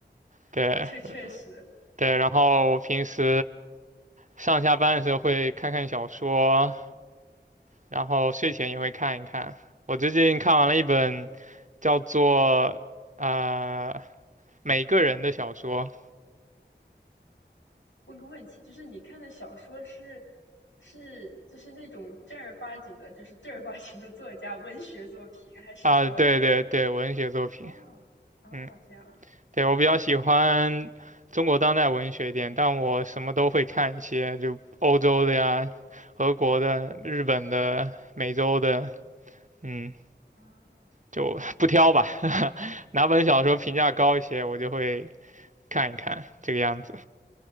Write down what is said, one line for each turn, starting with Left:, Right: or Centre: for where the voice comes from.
Right: 对
Left: 哦，这确实
Right: 对，然后我平时上下班的时候会看看小说，然后睡前也会看一看。我最近看完了一本
Left: 啊。
Right: 叫做啊、呃每个人的小说
Left: 问个问题，就是你看的小说是是就是那种正儿八经的，就是正儿八经的作家文学作品，还是说
Right: 啊，对对对，文学作品。
Left: 啊啊这样
Right: 嗯，对，我比较喜欢中国当代文学一点，但我什么都会看一些，就欧洲的呀、俄国的、日本的、美洲的，嗯，
Left: 啊？
Right: 就 <laughs> 不挑吧。<laughs> 哪本小说评价高一些，我就会看一看这个样子。